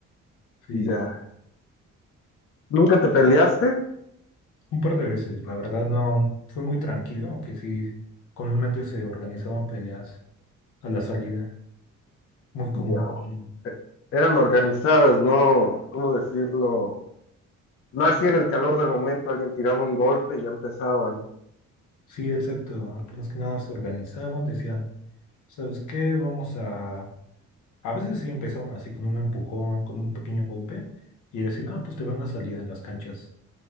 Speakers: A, on the left (about 80°); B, on the left (about 50°).
A: Sí,
B: Ya. ¿Nunca te peleaste?
A: un par de veces, la verdad no fue muy tranquilo, aunque sí, comúnmente se organizaban peleas a la salida, muy común.
B: Ya. o-
A: Ujú.
B: e- Eran organizadas, ¿no? ¿Cómo decirlo? No así en el calor del momento alguien tiraba un golpe y ya empezaban.
A: Sí, exacto, más que nada se organizaban, decían, ¿sabes qué? Vamos a... A veces sí empezaban así con un empujón, con un pequeño golpe, y decían, ah, pues te van a salir en las canchas.